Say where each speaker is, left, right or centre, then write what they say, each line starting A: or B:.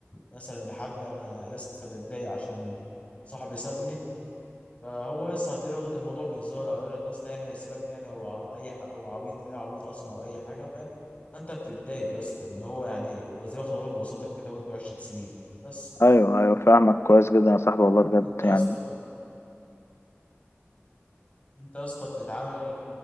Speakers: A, on the left (about 30°); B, on the left (about 70°).
A: مثلا لحد انا لسه متضايق عشان صاحبي سابني فهو لسه هتلاقيه واخد الموضوع بهزار او يقول لك لسه يعني ما يسيبك يعني هو اي ح... هو عبيط لا عبيط اصلا او اي حاجه فاهم فانت بتتضايق يا اسطى ان هو يعني هو ازاي واخد الموضوع ببساطه كده وانتوا 10 سنين بس
B: ايوه ايوه فاهمك كويس جدا يا صاحبي والله بجد
A: انت يا
B: يعني
A: اسطى انت يا اسطى بتتعامل